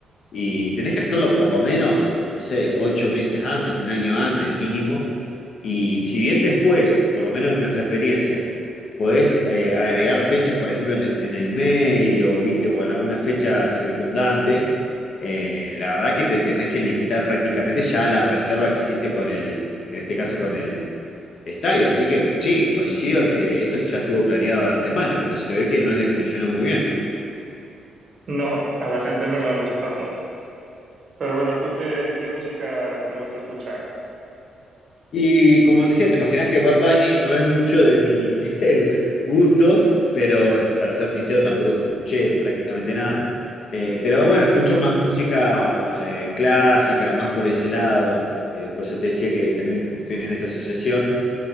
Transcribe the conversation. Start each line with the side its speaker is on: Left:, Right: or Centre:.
Left: Y tenés que hacerlo por lo menos, no sé, ocho meses antes, un año antes mínimo. Y si bien después, por lo menos en nuestra experiencia, podés eh, agregar fechas, por ejemplo, en, en el medio, ¿viste? O en alguna fecha circundante, eh, la verdad que te tenés que limitar prácticamente ya a la reserva que hiciste con el, en este caso con el estadio. Así que sí, coincido en que esto ya estuvo planeado de antemano, pero se ve que no le funcionó muy bien.
Right: No, a la gente no le ha gustado. <laughs> Pero bueno, ¿tú qué, qué música te gusta escuchar?
Left: Y como te decía, te imaginas que Bad Bunny no es mucho de mi <laughs> gusto, pero para ser sincero tampoco escuché prácticamente nada. Eh, pero bueno, escucho más música eh, clásica, más por ese lado. Eh, por eso te decía que también estoy en esta asociación.